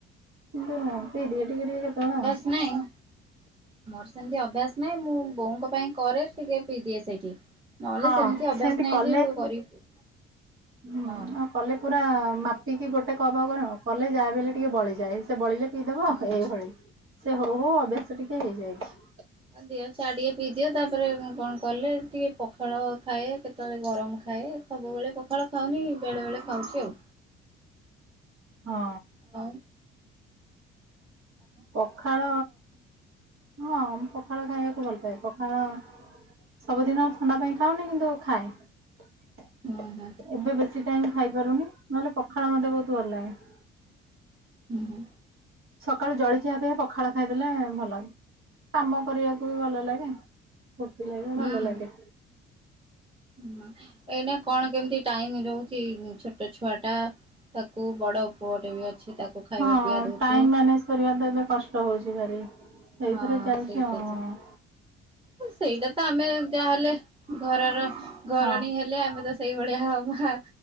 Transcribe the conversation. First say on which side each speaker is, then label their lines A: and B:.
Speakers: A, on the right; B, on the right.
A: ପି ଦିଏ ଟିକେ ଟିକେ କେତେବେଳେ ଆଉ।
B: ନାଇଁ। ମୋର ସେମିତି ଅଭ୍ୟାସ ନାହିଁ ମୁଁ ବୋଉଙ୍କ ପାଇଁ କରେ ଟିକେ ଦିଏ ସେଇଠି। ନହେଲେ
A: ହଁ
B: ସେମିତି ଅଭ୍ୟାସ ନାହିଁ
A: କଲେ
B: ଯେ କରିବ।
A: ହୁଁ
B: ହଁ।
A: ଆଉ କଲେ ପୁରା ମାପିକି ଗୋଟେ କବା କର କଲେ ଯାହା ବଲେ ଟିକେ ବଳିଯାଏ। ସେ ବଳିଲେ ପିଇଦବ
B: ହଁ।
A: ଏଇଭଳି ସେ ହଉ ହଉ ଅଭ୍ୟାସ ଟିକେ ହେଇଯାଇଛି।
B: ହ ଦିଅ ଛୁଆ ଟିକେ ପିଇଦିଅ ତାପରେ କଣ କଲେ ଟିକେ ପଖାଳ ଖାଏ କେତେବେଳେ ଗରମ ଖାଏ। ସବୁବେଳେ ପଖାଳ ଖାଉନି। ବେଳେବେଳେ ଖାଉଛି ଆଉ।
A: ହଁ।
B: ହଁ।
A: ପଖାଳ ହଁ ପଖାଳ ଖାଇବାକୁ ଭଲ ପାଏ। ପଖାଳ ସବୁଦିନ ଥଣ୍ଡା ପାଇଁ ଖାଉନି କିନ୍ତୁ ଖାଏ।
B: ହୁଁ ହୁଁ
A: ଏବେ ବେଶୀ ଟାଇମ ଖାଇପାରୁନି। ନହେଲେ ପଖାଳ ମତେ ବହୁତ ଭଲ ଲାଗେ।
B: ହୁଁ ହୁଁ।
A: ସକାଳୁ ଜଳଖିଆ ପାଇଁ ପଖାଳ ଖାଇଦେଲେ ଭଲ। କାମ କରିବାକୁ ବି ଭଲ ଲାଗେ। ଫୁର୍ତ୍ତି ଲାଗଲେ
B: ହୁଁ
A: ଭଲ
B: ହୁଁ।
A: ଲାଗେ।
B: ହୁଁ ଏଇନା କଣ କେମିତି ଟାଇମ ରହୁଛି ଛୋଟ ଛୁଆ ଟା ତାକୁ ବଡ ଉପଟ ବି ଅଛି ତାକୁ ଖାଇବା
A: ହଁ
B: ପିଇବା ଦଉଥିବେ।
A: ଟାଇମ ମ୍ୟାନେଜ କରିବା ତ ଏବେ କଷ୍ଟ ହଉଛି ଭାରି। ସେଇଥିରେ
B: ହଁ
A: ଚାଲିଛି
B: ସେଇଟା
A: ହଁ।
B: ତ। ସେଇଟା ତ ଆମେ ଯାହାହେଲେ ଘରର ଘରଣୀ
A: ହଁ
B: ହେଲେ ଆମେ ତ ସେଇଭଳିଆ ହ ବା